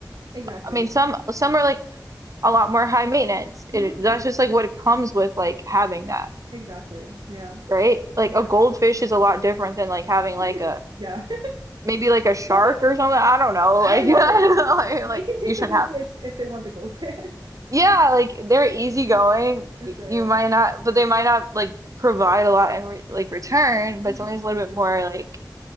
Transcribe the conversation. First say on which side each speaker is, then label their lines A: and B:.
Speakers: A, on the right (about 80°); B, on the right (about 50°).
A: Exactly.
B: I mean, some some are like a lot more high maintenance.
A: hmm
B: It that's just like what it comes with like having that,
A: Exactly. Yeah.
B: right? Like
A: Yeah.
B: a goldfish is a lot different than like having
A: <laughs>
B: like a
A: Yeah.
B: maybe like a shark
A: <laughs> Like,
B: or something. I don't know. Like
A: No, exactly.
B: <laughs> like,
A: Like, they
B: like
A: can take
B: you shouldn't
A: the goldfish
B: have.
A: if they want the goldfish,
B: Yeah, like they're easygoing.
A: <laughs> for
B: y-
A: sure.
B: You might not, but they might not like provide a lot in re like return, but
A: Mhm.
B: something's a little bit more like,